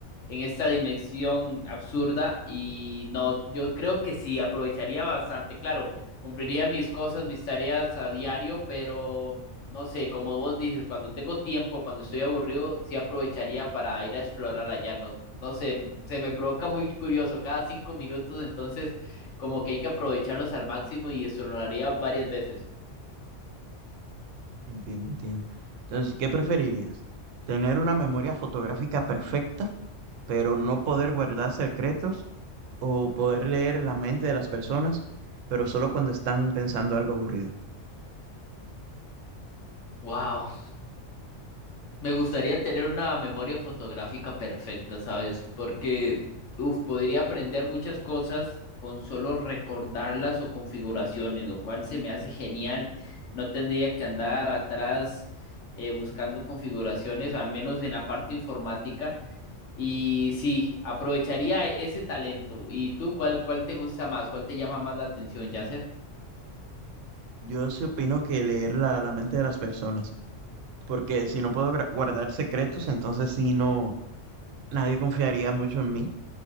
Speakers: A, on the left (about 75°); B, on the right (about 90°).
A: en esta dimensión absurda. Y no, yo creo que sí, aprovecharía bastante. Claro, cumpliría mis cosas, mis tareas a diario, pero no sé, como vos dices, cuando tengo tiempo, cuando estoy aburrido, sí aprovecharía para ir a explorar allá. no no sé, se me provoca muy curioso cada cinco minutos, entonces como que hay que aprovecharlos al máximo y eso lo haría varias veces.
B: Entiendo, entiendo. Entonces, ¿qué preferirías? ¿Tener una memoria fotográfica perfecta pero no poder guardar secretos o poder leer la mente de las personas, pero solo cuando están pensando algo aburrido.
A: Wow, me gustaría tener una memoria fotográfica perfecta, ¿sabes? Porque, uf, podría aprender muchas cosas con solo recordarlas o configuraciones, lo cual se me hace genial. No tendría que andar atrás eh, buscando configuraciones, al menos en la parte informática. Y sí, aprovecharía ese talento. ¿Y tú cuál, cuál te gusta más? ¿Cuál te llama más la atención, Yasser?
B: Yo sí opino que leer la, la mente de las personas, porque si no puedo gra- guardar secretos, entonces sí no, nadie confiaría mucho en mí,